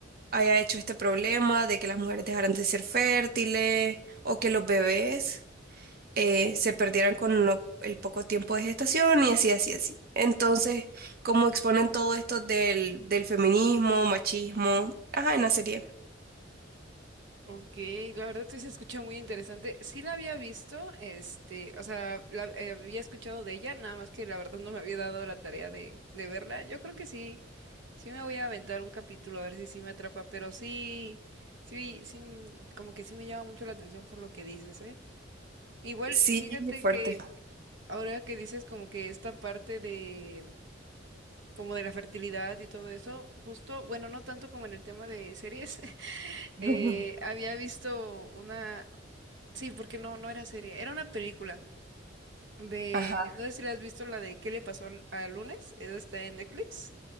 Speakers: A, on the right; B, on the right.
A: haya hecho este problema de que las mujeres dejaran de ser fértiles o que los bebés eh, se perdieran con lo- el poco tiempo de gestación y así, así, así. Entonces, como exponen todo esto del, del feminismo, machismo, ajá, en la serie.
B: ok, la verdad sí se escucha muy interesante. Sí la había visto, este, o sea, la, eh, había escuchado de ella, nada más que la verdad no me había dado la tarea de, de verla. Yo creo que sí, sí me voy a aventar un capítulo a ver si sí me atrapa, pero sí, sí, sí, mm, como que sí me llama mucho la atención por lo que dices, ¿eh? Igual,
A: Sí,
B: fíjate
A: es fuerte.
B: que ahora que dices como que esta parte de como de la fertilidad y todo eso, justo, bueno, no tanto como en el tema de series, <laughs>
A: <laughs>
B: eh, había visto una, sí, porque no, no era serie, era una película de,
A: Ajá.
B: no sé si la has visto, la de ¿Qué le pasó al, al lunes? Esa está en Netflix.